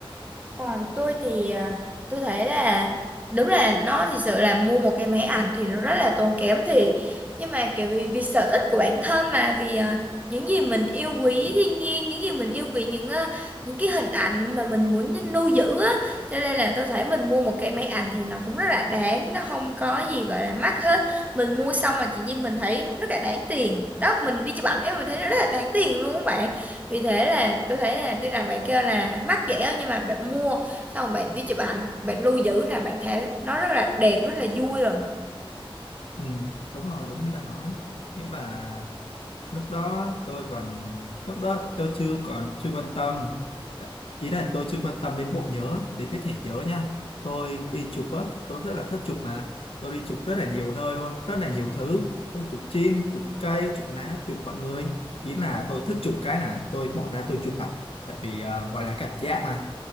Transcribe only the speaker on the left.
Ừ, đúng rồi, đúng như bạn nói. Nhưng mà lúc đó tôi còn lúc đó tôi chưa còn chưa quan tâm. Ý là tôi chưa quan tâm đến bộ nhớ, đến cái thẻ nhớ nha. Tôi đi chụp á, tôi rất là thích chụp mà. Tôi đi chụp rất là nhiều nơi luôn, rất là nhiều thứ. Tôi chụp chim, chụp cây, chụp lá, chụp mọi người. Ý là tôi thích chụp cái là tôi bỏ ra tôi chụp ảnh. Tại vì ờ, gọi là cảm giác mà.